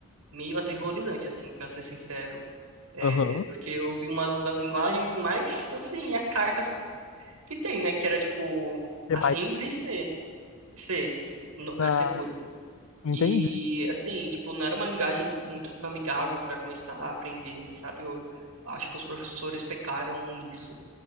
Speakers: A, on the right; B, on the left.
A: meio aterrorizante, assim, para ser sincero. É,
B: Aham.
A: porque eu vi uma das linguagens mais, assim, arcaicas que tem, né? Que era tipo
B: C++?
A: Assembly e C, C, no-
B: Na...
A: é C puro.
B: Entendi,
A: E assim, tipo, não era uma linguagem muito amigável para começar a aprender, sabe? Eu acho que os professores pecaram nisso.